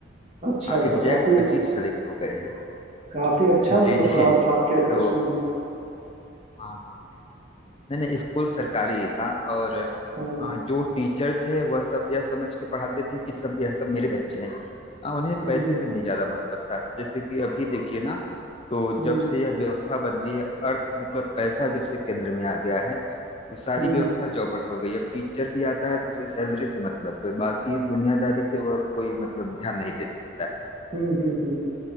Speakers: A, on the right; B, on the left.
A: अच्छा अच्छा
B: एग्जैक्ट
A: काफी
B: पच्चीस सेलेक्ट हो गए हैं
A: काफी अच्छा
B: <laughs>
A: मतलब
B: जी जी
A: क्राउड था आपके को-
B: तो
A: स्कूल में
B: हाँ नहीं नहीं स्कूल सरकारी ही था और
A: हाँ
B: आ, जो टीचर थे वह सब यह समझ के पढ़ाते थे कि सब यह सब मेरे बच्चे हैं आ, उन्हें
A: हम्म
B: पैसे
A: हम्म
B: से नहीं ज्यादा मतलब था जैसे कि अभी देखिए ना तो जब
A: हम्म
B: से यह व्यवस्था बदली है अर्थ मतलब पैसा जब से केंद्र में आ गया है वो सारी
A: हम्म
B: व्यवस्था चौपट हो गई अब टीचर भी आता है तो उसे सैलरी से मतलब है बाकी दुनियादारी से वह कोई मतलब ध्यान नहीं देता है
A: हम्म हम्म, हम्म, हम्म।